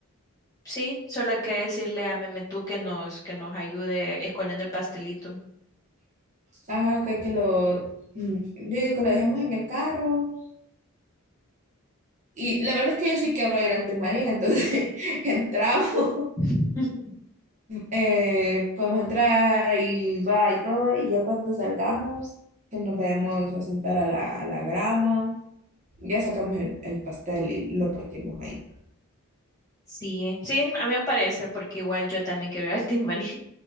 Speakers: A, on the left; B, on the right.
A: sí, solo hay que decirle a Memetú que nos, que nos ayude escondiendo el pastelito.
B: Ajá, que, que lo, mm, yo digo que lo dejemos en el carro. Y la verdad es que yo sí quiero ir al Timarín, entonces <laughs> entramos
A: <laughs>
B: eh, podemos entrar y va y todo, y ya cuando salgamos, que nos vayamos a sentar a la, a la grama, ya sacamos el, el pastel y lo partimos ahí.
A: Sí, sí, a mí me parece, porque igual yo también quiero ir al <laughs> Timbari.